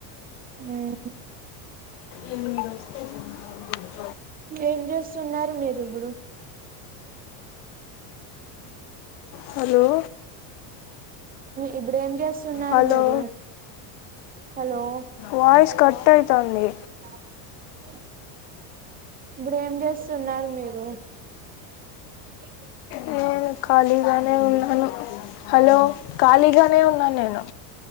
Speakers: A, on the right; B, on the left.
A: ఉమ్
B: ఎ మీరు వస్తే <inaudible>
A: ఏం చూస్తున్నారు మీరు రుబడుూ
B: హలో
A: ఇప్పుడు ఏం చే స్తున్నారు
B: హలో
A: మీరు హలో
B: వాయిస్ కట్ అయితంది
A: <unintelligible> ఇప్పుడేమ్ చేస్తున్నారు మీరు ఇ
B: నేను కాలిగానే ఉన్నాను హలో ఖాళీగానే ఉన్నాను నేను